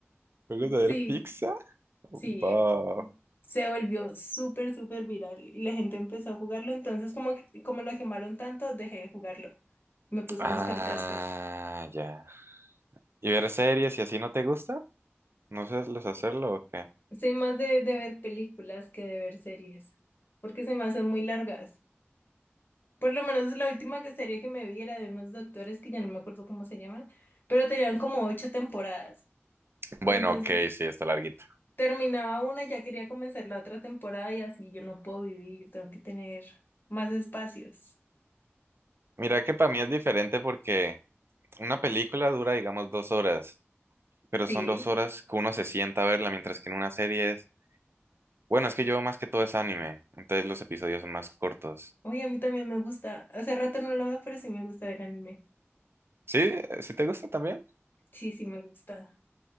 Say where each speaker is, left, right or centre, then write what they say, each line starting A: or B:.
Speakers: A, on the right; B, on the left.
A: ¿Juegos de ver
B: Sí.
A: pizza?
B: Sí,
A: Va.
B: se volvió súper, súper viral y la gente empezó a jugarlo, entonces como, que- como lo quemaron tanto, dejé de jugarlo. Me puse
A: Ah,
B: a buscar otras cosas.
A: ya. ¿Y ver series y así no te gusta? ¿No sabes hacerlo o qué?
B: Soy más de, de ver películas que de ver series, porque se me hacen muy largas. Por lo menos la última que serie que me vi era de unos doctores que ya no me acuerdo cómo se llaman, pero tenían como ocho temporadas. Y
A: Bueno,
B: entonces
A: ok, sí, está larguita.
B: terminaba una y ya quería comenzar la otra temporada y así yo no puedo vivir, tengo que tener más espacios.
A: Mira que para mí es diferente porque una película dura, digamos, dos horas, pero
B: Sí.
A: son dos horas que uno se sienta a verla, mientras que en una serie es... Bueno, es que yo más que todo es anime, entonces los episodios son más cortos.
B: Oye, a mí también me gusta. Hace rato no lo veo, pero sí me gusta ver anime.
A: ¿Sí? ¿Sí te gusta también?
B: Sí, sí me gusta.